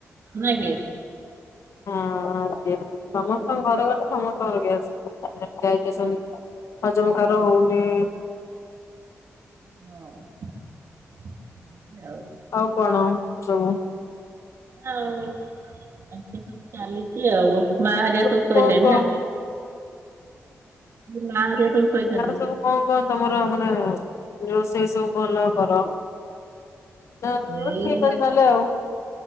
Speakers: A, on the right (about 55°); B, on the left (about 70°).
A: ନାଇଁ କି।
B: ହଁ ଆଜ୍ଞା ସମସ୍ତଙ୍କ
A: ହଁ ହଁ
B: ଘରେ ଘରେ ସମସ୍ତଙ୍କର ଗ୍ୟାସ। ଡାଇଜେସନ ହଜମକାର
A: ଆଉ
B: ହଉନି।
A: ହଁ ଆଉ।
B: ଆଉ କଣ ସବୁ?
A: ଆଉ କଣ କରିବା ଚାଲିଛି ଆଉ। ମା
B: ଆଉ
A: ହରିଆ ସବୁ ଶୋଇଲାଣି
B: କଣ କଣ
A: ନା ‌ମା ହରିଆ ସବୁ। ଶୋଇଛନ୍ତି
B: ଆଉ ସବୁ କଁ କଁ ତମର ମାନେ ରୋଷେଇ ସବୁ ଭଲ କର। ନା ହଉ
A: ଏଇ
B: ଠିକ ଅଛି ନହେଲେ ଆଉ।